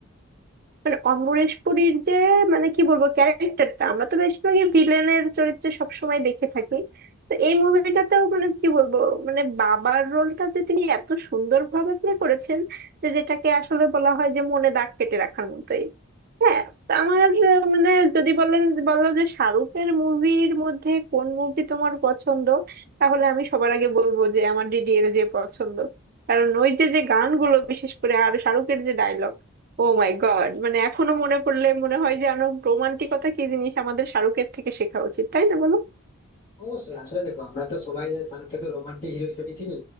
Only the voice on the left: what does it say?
অবশ্যই আসলে দেখো আমরা তো সবাই যে শাহরুখকে তো রোমান্টিক হিরো হিসেবে চিনি